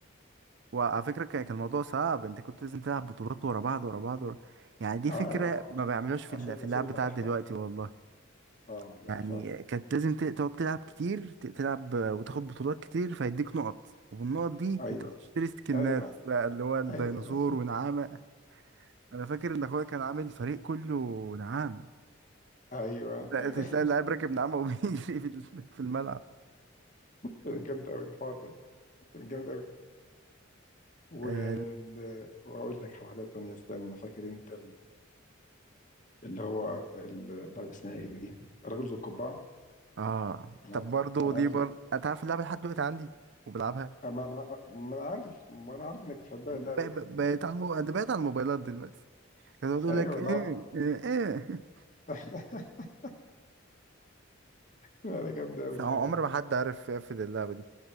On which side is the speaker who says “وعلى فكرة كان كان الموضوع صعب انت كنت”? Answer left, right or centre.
Right